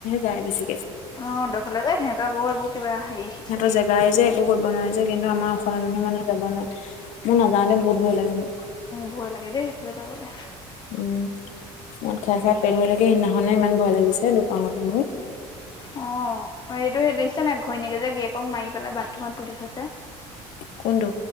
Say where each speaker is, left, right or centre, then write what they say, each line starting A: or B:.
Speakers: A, on the left; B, on the left.
A: যায় বেছিকে
B: অ', ডফলা এ সিহঁতৰ আকৌ এইবোৰ কিবা হেৰি
A: সিহঁতৰ
B: চাকে
A: জেগাই যে একো কৰিব নোৱাৰে যে, কিন্তু আমাৰ অসমীয়া মানুহ মানে যাব নোৱাৰে। মই নাযাওঁদে বহুত ভয় লাগে মোৰ।
B: ভয় লাগে দেই সেইফালে যাবলৈ
A: উম। মদ খাই খাই পেল হৈ থাকে, সেইদিনাখনে ইমান ভয় লাগিছে দুপাঙতে মোৰ।
B: অ', এইটো হে দেখিছানে ঘৈণীয়েকে যে গিৰীকক মাৰি পেলাই বাথৰুমত পুুতি থৈছে।
A: কোনটো?